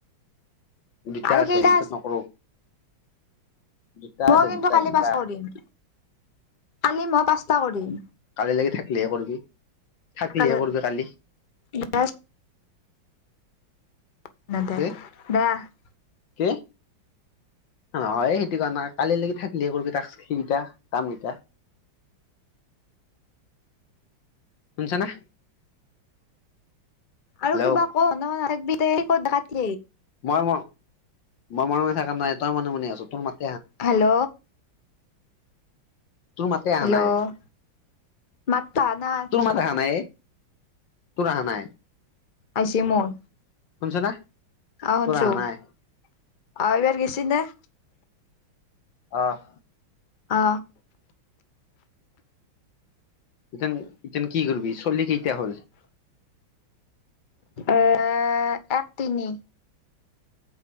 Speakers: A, on the left (about 65°); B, on the left (about 40°).
A: দুটা
B: আৰু
A: আছে
B: কেইটা
A: এইটো নকৰো। দুটা
B: মই
A: আছে
B: কিন্তু
A: দুটা
B: কালি
A: দুটা
B: পাঁচটা কৰিম, কালি মই পাঁচটা কৰিম।
A: কালি লগে থাকিলিহে কৰিবি, থাকিলিহে
B: কালি
A: কৰিবি কালি।
B: <unintelligible> <unintelligible>
A: কি কি? নহয় সেইটো কাৰণে, কালিলৈকি থাকিলেহে টাস্ক কেইটা কাম কেইটা। শুনিছানে? হেল্ল'
B: আৰু কিবা ক
A: মই ম, মই মনে মনে থাকা নাই তই মনে মনে আছ, তোৰ মাত-
B: হেল্ল'।
A: তোৰ মাতে অহা
B: হেল্ল'
A: নাই,
B: মাতটো আহা নাই
A: তোৰ মাত অহা নাই এ। টোৰ অহা নাই।
B: আহিছে মোৰ।
A: শুনিছ না?
B: আহ শুনিছোঁ
A: তোৰ অহা
B: আৰু
A: নাই
B: ইয়াত গৈছে নে?
A: অহ।
B: অ।
A: ইতেন ইতেন কি কৰবি চল্লি কেইটা হ'ল?
B: এ এক তিনি।